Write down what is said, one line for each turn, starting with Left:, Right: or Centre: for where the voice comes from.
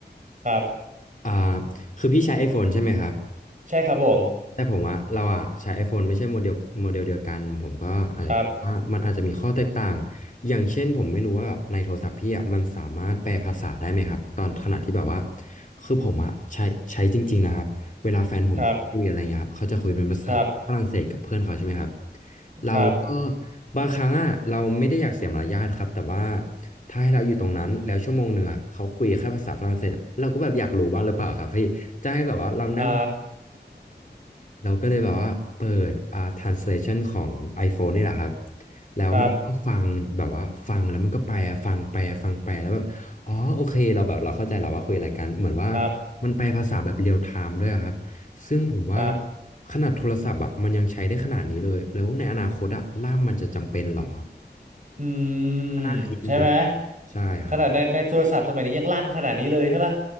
Right: ครับ
Left: อ่าคือพี่ใช้ iPhone ใช่ไหมครับ
Right: ใช่ครับผม
Left: แต่ผมว่าเราอะใช้ iPhone ไม่ใช่โมเดลโมเดลเดียวกันผมก็อาจจะว่ามันอาจจะมีข้อแตกต่าง
Right: ครับ
Left: อย่างเช่นผมไม่รู้ว่าแบบในโทรศัพท์พี่อะมันสามารถแปลภาษาได้ไหมครับตอนขณะที่แบบว่าคือผมอะใช้ใช้จริงๆนะครับเวลาแฟนผมเขาคุยอะไรเงี้ยครับเขาจะคุยเป็นภาษาฝรั่งเศสกับเพื่อนเขาใช่ไหมครับ
Right: ครับครับ
Left: เราก็
Right: ครับ
Left: บางครั้งอะเราไม่ได้อยากเสียมารยาทครับแต่ว่าถ้าให้เราอยู่ตรงนั้นแล้วชั่วโมงหนึ่งอะเขาคุยแค่ภาษาฝรั่งเศสอะเราก็แบบอยากรู้บ้างหรือเปล่าครับพี่จะให้แบบว่าเรานั่งอยู่
Right: อ่า
Left: เราก็เลยแบบว่าเปิดอ่า translation ของ iPhone นี่แหละครับแล้วมันก็ฟังแบบว่าฟังแล้วมันก็แปลฟังแปลฟังแปลแล้วแบบอ๋อโอเคเราแบบเราเข้าใจแล้วว่าคุยอะไรกันเหมือนว่า
Right: ครับ ครับ
Left: มันแปลภาษาแบบเรียลไทม์ด้วยอะครับซึ่งผมว่า
Right: ครับ
Left: ขนาดโทรศัพท์อ่ะมันยังใช้ได้ขนาดนี้เลยแล้วในอนาคตอ่ะล่ามมันจะจำเป็นเหรอ
Right: อืม
Left: ก็น่าคิดจริงๆใช่ครับ
Right: ใช่ไหม ขนาดใน ในโทรศัพท์สมัยนี้ยังลั่นขนาดนี้เลยใช่ปะ